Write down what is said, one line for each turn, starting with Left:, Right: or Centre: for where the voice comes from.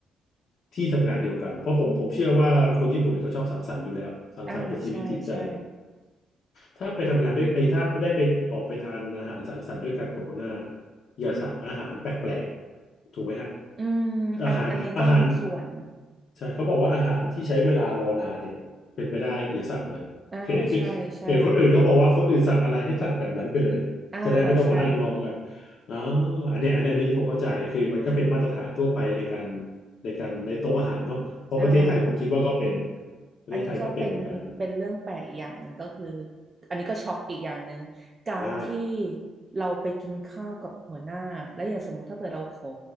Left: ที่ทำงานเดียวกันเพราะผมผมเชื่อว่าคนญี่ปุ่นเนี่ยเขาชอบสังสรรค์อยู่แล้วสังสรรค์เป็นชีวิตจิตใจ
Right: อ่าใช่ใช่
Left: ถ้าไปทำงานด้วยไอ้ถ้าได้ไปออกไปทานอาหารสังสรรค์ด้วยกันกับหัวหน้าอย่าสั่งอาหารแปลกๆถูกไหมฮะ
Right: อืมอันอันนี้ก็มีส่วน
Left: อาหารอาหารใช่เขาบอกว่าอาหารที่ใช้เวลารอนานเนี่ยเป็นไปได้อย่าสั่งเลยเห็น
Right: อ่าใช่ใช่
Left: เห็นคนอื่นเขาบอกว่าคนอื่นสั่งอะไรให้สั่งแบบนั้นไปเลยจะได้ไม่ต้องมานั่งรอกัน
Right: อ่าใช่
Left: อ๋ออันนี้อันนี้อันนี้ผมเข้าใจคือมันก็เป็นมาตรฐานทั่วไปในการ
Right: ใช่
Left: ในการในโต๊ะอาหารเนาะเพราะประเทศไทยผมคิดว่าก็เป็น
Right: อ่า
Left: ประเทศไทยก็เป็นเหมือนกัน
Right: อันนี้ก็เป็นเป็นเรื่องแปลกอีกอย่างหนึ่งก็คืออันนี้ก็ช็อกอีกอย่างหนึ่งการที่
Left: อ่า
Right: เราไปกินข้าวกับหัวหน้าแล้วอย่างสมมุติถ้าเกิดเราขอ